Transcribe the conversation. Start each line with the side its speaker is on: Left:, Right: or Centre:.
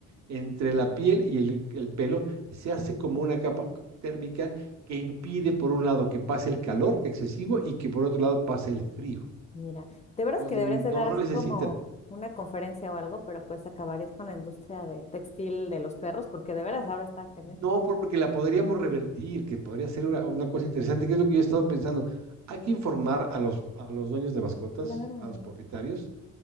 Right: entre la piel y el, el pelo se hace como una capa térmica que impide, por un lado, que pase el calor excesivo y que por otro lado pase el frío.
Left: mira, de veras
Right: Entonces,
Left: que deberías de
Right: no
Left: dar así
Right: necesitan.
Left: como una conferencia o algo, pero pues acabarías con la industria de textil de los perros, porque de veras ahora está cañón.
Right: No porque la podríamos revertir, que podría ser una, una cosa interesante, que es lo que yo he estado pensando. Hay que informar a los, a los dueños de mascotas,
Left: Claro,
Right: a los propietarios,